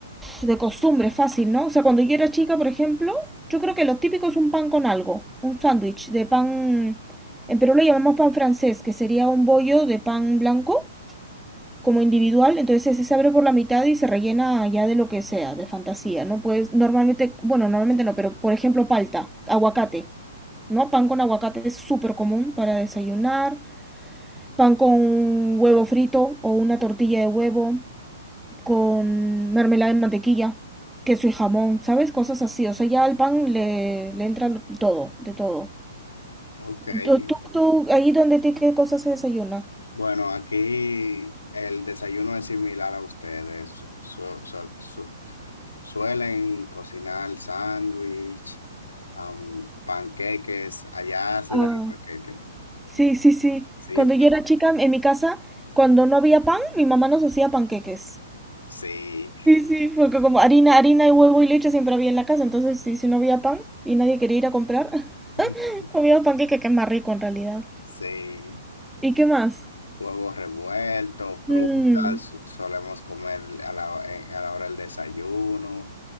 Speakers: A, in the centre; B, on the left (about 80°).
A: de costumbre, fácil, ¿no? O sea, cuando yo era chica, por ejemplo, yo creo que lo típico es un pan con algo, un sándwich de pan, en Perú lo llamamos pan francés, que sería un bollo de pan blanco como individual, entonces ese se abre por la mitad y se rellena ya de lo que sea, de fantasía, ¿no? Pues normalmente, bueno, normalmente no, pero por ejemplo palta, aguacate, ¿no? Pan con aguacate es súper común para desayunar, pan con un huevo frito o una tortilla de huevo, con mermelada de mantequilla, queso y jamón, ¿sabes? Cosas así. O sea, ya al pan le, le entra lo- todo, de todo.
B: Ok.
A: ¿Tú,
B: y-
A: tú, tú, ahí donde te, qué cosas se desayuna?
B: Bueno, aquí el desayuno es similar a ustedes. Su- su- su- su- suelen cocinar sándwich, am, panqueques. Allá se
A: Ah,
B: dan panqueques.
A: sí, sí, sí.
B: Sí,
A: Cuando
B: pan-
A: yo era chica en mi casa, cuando no había pan, mi mamá nos hacía panqueques.
B: sí.
A: Sí, sí, porque como harina, harina y huevo y leche siempre había en la casa, entonces sí, si no había pan y nadie quería ir a comprar, <laughs>
B: <laughs>
A: comía panqueque que es más rico en realidad.
B: Sí.
A: ¿Y qué más?
B: Huevos revueltos, frutas,
A: Mm,
B: solemos comer a la, en- a la hora del desayuno.